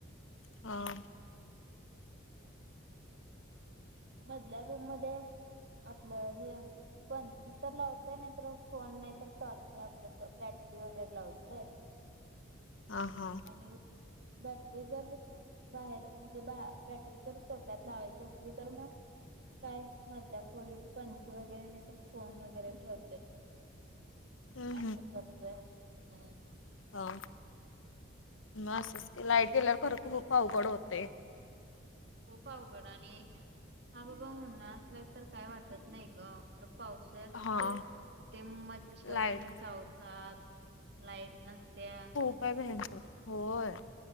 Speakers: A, on the left; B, on the right.
A: हा.
B: मधल्या रूम मधे आपलं हे पणती तर लावतोय नाहीतर फोन नाहीतर टॉर्च आपलं बॅटरी वगैरे लावतोय.
A: ह हा.
B: आणि बॅटरी जर बाहेर म्हणजे बा बॅटरी तर सोप्यात लावायची असली तर मग काय मधल्या खोलीत पंथी वगैरे नाही तर फोन वगैरे ठेवतोय.
A: हम्म
B: असं करतोय हम्
A: हो म असच क लाईट गेल्यावर खरं खूप अवघड होते
B: खूप अवघड आणि हा बाबा मुन्हा असला तर काय वाटत नाही गर पाऊस
A: हा
B: त ते मच्छर
A: लाईट
B: आणि चावतात लाईट नसत्या
A: काय भनकर होय